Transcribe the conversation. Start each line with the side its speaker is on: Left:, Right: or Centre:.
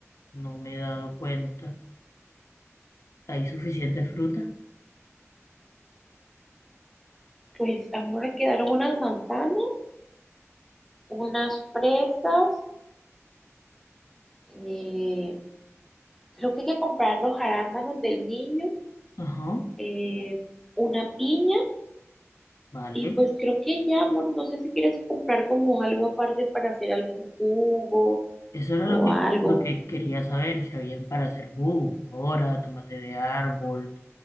Left: no me he dado cuenta. ¿Hay suficiente fruta?
Centre: Pues, amor, quedaron unas manzanas, unas fresas, eh, creo que hay que comprar los arándanos del niño
Left: Ajá.
Centre: eh, una piña
Left: Vale,
Centre: y pues creo que ya, amor, no sé si quieres comprar como algo aparte para hacer algún jugo
Left: eso era
Centre: o
Left: lo que,
Centre: algo.
Left: lo que quería saber, si habían para hacer jugo, mora, tomate de árbol,